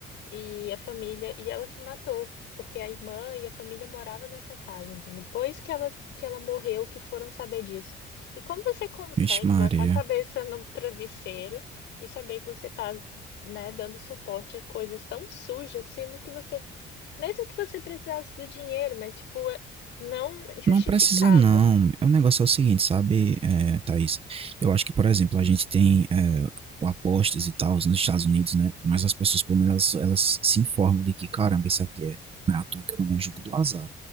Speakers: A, on the left; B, on the right.
A: e a família e ela se matou porque a irmã e a família morava nessa casa. Então depois que ela que ela morreu que foram saber disso. E como você consegue
B: Vixe Maria.
A: botar a cabeça no travesseiro e saber que você está, né, dando suporte a coisas tão sujas, sendo que você mesmo que você precisasse do dinheiro, mas tipo é, não justificava.
B: Não precisa não. O negócio é o seguinte, sabe, é, Thaís? Eu acho que, por exemplo, a gente tem é, apostas e tal nos Estados Unidos, né? Mas as pessoas, pelo menos, elas, elas se informam de que, caramba, isso aqui é, não é à toa que o é jogo do azar.